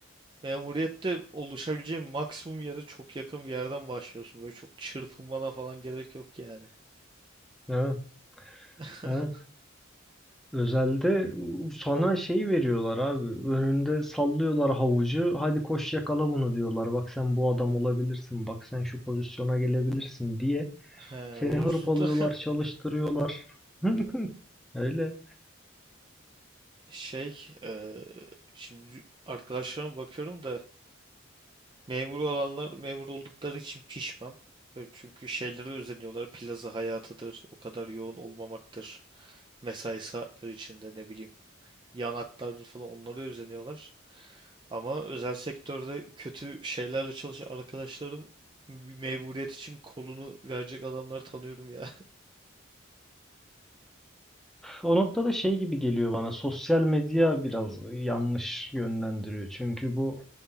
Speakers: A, on the right; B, in the centre.
A: memuriyette oluşabileceğin maksimum yere çok yakın bir yerden başlıyorsun. Böyle çok çırpınmana falan gerek yok yani.
B: Evet,
A: <laughs>
B: evet. Özelde sana şey veriyorlar abi. Önünde sallıyorlar havucu. Hadi koş yakala bunu diyorlar. Bak sen bu adam olabilirsin. Bak sen şu pozisyona gelebilirsin diye.
A: He,
B: Seni
A: olursun
B: hırpalıyorlar,
A: da
B: çalıştırıyorlar. <laughs> Öyle.
A: <laughs> şey e, şimdi arkadaşlarıma bakıyorum da memur olanlar memur oldukları için pişman. Böyle çünkü şeylere özeniyorlar. Plaza hayatıdır, o kadar yoğun olmamaktır. Mesai saatleri içinde ne bileyim. yanaklardır falan onlara özeniyorlar. Ama özel sektörde kötü şeylerle çalışan arkadaşlarım memuriyet için kolunu verecek adamları tanıyorum ya.
B: O noktada şey gibi geliyor bana. Sosyal medya biraz yanlış yönlendiriyor. Çünkü bu